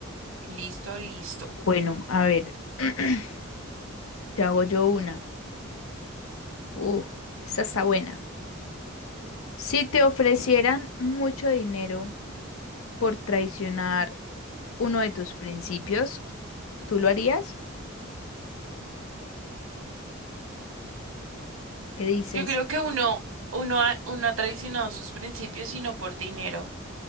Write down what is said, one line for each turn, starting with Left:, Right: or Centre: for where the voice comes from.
Right: listo, listo.
Left: Bueno, a ver, <clears throat> te hago yo una. Uh, esta está buena. Si te ofrecieran mucho dinero por traicionar uno de tus principios, ¿tú lo harías? ¿Qué dices?
Right: Yo creo que uno, uno ha, uno ha traicionado sus principios y no por dinero.